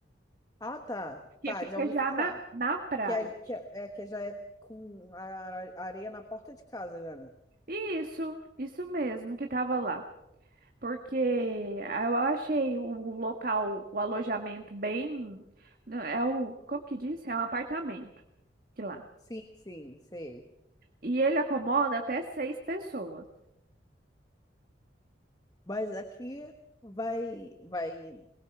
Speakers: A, on the left (about 20°); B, on the right (about 50°).
A: Ah, tá.
B: que
A: Tá,
B: fica
A: já ouvi
B: já
A: falar.
B: na, na praia.
A: Que, é, que,
B: já.
A: é, é, que já é com a are- areia na porta de casa, já, né?
B: Isso, isso mesmo que tava lá. Porque eu achei o o local, o alojamento bem. né, É o, como que diz? É um apartamento que lá.
A: Sim, sim, sei.
B: E ele acomoda até seis pessoas.
A: Mas aqui vai, vai,